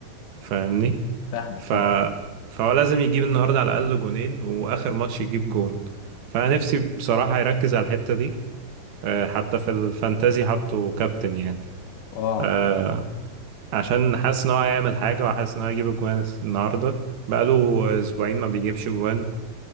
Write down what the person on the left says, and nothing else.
فاهمك
فاهم
اه